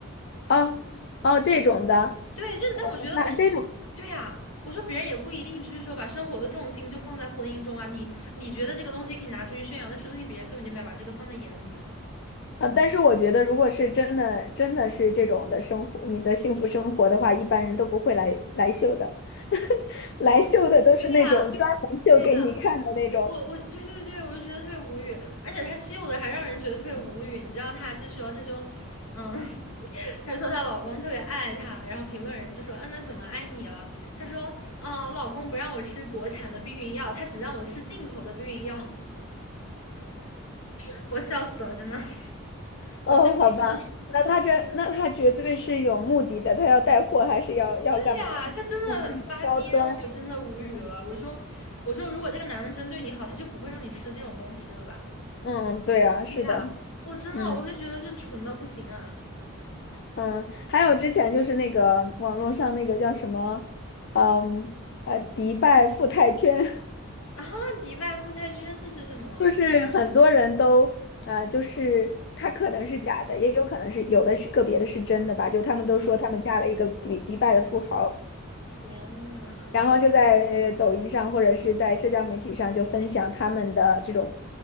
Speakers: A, on the left; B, on the left.
A: 哦哦，这种的，
B: 对，就是，但我觉得，
A: 那这种。
B: 我说，对呀、我说别人也不一定就是说把生活的重心就放在婚姻中啊。你你觉得这个东西可以拿出去炫耀，那说不定别人根本就没有把这个放在眼里呢。
A: 啊，但是我觉得，如果是真的，真的是这种的生活，你的幸福生活的话，一般人都不会来来秀的，<laughs> 来秀的都是那种专门秀给你看的那种。
B: 我，对呀、对呀、我我对对对，我就觉得特别无语，而且他秀的还让人觉得特别无语。你知道他就是说，他说，嗯，<laughs> 他说她老公特别爱她，然后评论人就说，嗯，那怎么爱你了？她说，嗯，我老公不让我吃国产的避孕药，他只让我吃进口的避孕药，<laughs> 我笑死了，真的，
A: 哦，
B: 我笑晕了。
A: 好吧，那他这，那他绝对是有目的的，他要带货还是要要干嘛？
B: 对呀、
A: 要让自己的高端。
B: 他真的很发癫，我真的无语了。
A: 嗯
B: 我说，我说，如果这个男的真对你好，他就不会让你吃这种东西了吧？
A: 嗯，嗯对啊，是的，
B: 对呀、我真的，
A: 嗯
B: 我就觉得真蠢到不行啊。
A: 嗯，还有之前就是那个网络上那个叫什么，嗯呃，迪拜富态圈。
B: 啊，迪拜富太圈这是什么？
A: 就是很多人都啊、呃就是他可能是假的，也有可能是有的是个别的是真的吧。就他们都说他们嫁了一个迪迪拜的富豪，
B: 啊天呐，
A: 然后就在呃抖音上或者是在社交媒体上就分享他们的这种